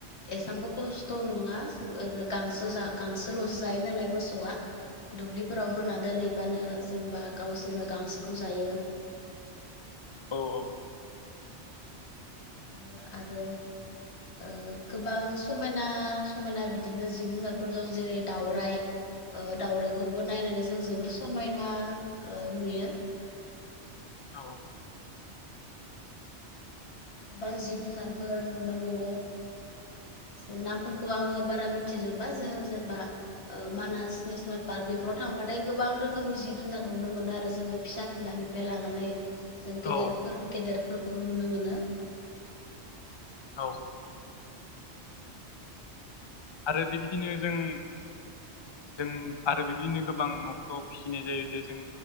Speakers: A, on the left (about 65°); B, on the left (about 40°).
A: एसेबांबो खस्थ' नङा जों ओरैनो गांसो गांसोल'सो जायो नालाय मोसौआ। दुब्लिफोराव होना दोनहैबानो जेनेबा गावसोरनो गांसोखौ जायो।
B: औ औ
A: बिदिनो आरो ओ गोबां समायना समायना बिदिनो जिब जुनारफोर दं जेरै दावराइ। ओ दाउरायाइखौबो नायनानै जों जोबोर समायना ओ नुयो।
B: औ <inaudible>
A: गोबां जिब जुनारफोर नुनो मोनो। ओ नामफोरखौ आङो बारा मिथिजोबा जों जेनेबा ओ मानास नेसनेल पार्क बेफोराव थांबाथाय गोबां रोखोमनि जिब जुनार नुनो मोनो आरो जोङो। फिसा खिलानिफ्राय लानानै जों
B: औ
A: गेदेरफोर गेदेरफोरखौबो नुनो मोनो।
B: औ आरो बेबायदिनो जों जों आरो बिबदिनो गोबां न'फोरराव फिसिनाय जायो जे जों